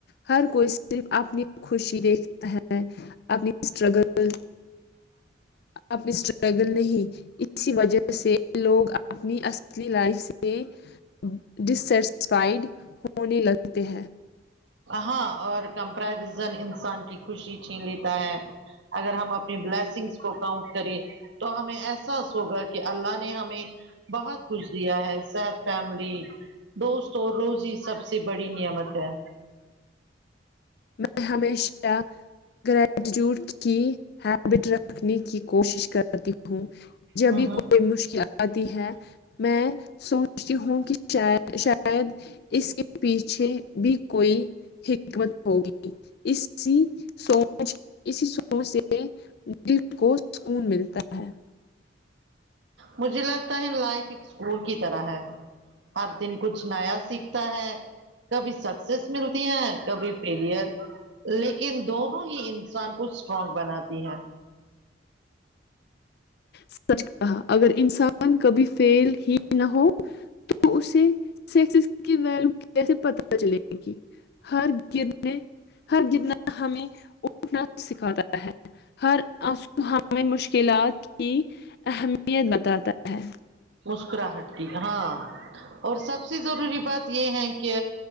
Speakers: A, on the left; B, on the right.
A: ہر کوئی صرف اپنی خوشی دیکھ ہے اپنی اسٹرگل اپنیٹر اسٹرگل نہیں اسی وجہ سے لوگ اپنی اصلی لائف سے ڈس سٹسفائیڈ ہونے لگتے ہیں
B: ہاں اور کمپیریزن انسان کی خوشی چھین لیتا ہے اگر ہم اپنی بلیسنگز کو کاؤنٹ کریں تو ہمیں احساس ہوگا کہ اللہ نے ہمیں بہت کچھ دیا ہے سحت فیملی دوست اور روزی سب سے بڑی نعمت ہے
A: میں ہمیشہ گریجٹیوٹ کی ہیبٹ رکھنے کی کوشش کر ہوں جبھی
B: ہوں ہوں
A: کوئی مشکل آتی ہے میں سوچتی ہوں کہ شاید اس کے پیچھے بھی کوئی حکمت ہوگی اسی سوچ اسی شو سے دل کو سکون ملتا ہے
B: مجھے لگتا ہے لائف ایک اسکول کی طرح ہے ہر دن کچھ نیا سیکھتا ہے کبھی سکسیس ملتی ہیں کبھی فیلئر لیکن دونوں ہی انسان کو اسٹرونگ بناتی ہیں
A: سچ کہا اگر انسان کبھی فیل ہی نہ ہو تو اسے سا کی ویلیو کیسے پتا چلے گی ہر گرنے ہر گرنا ہمیں اٹھنا سکھاتا ہے ہر ہمیں مشکلات کی اہمیت بتاتا ہے
B: مسکراہٹ کی ہاں اور سب سے ضروری بات یہ ہے کہ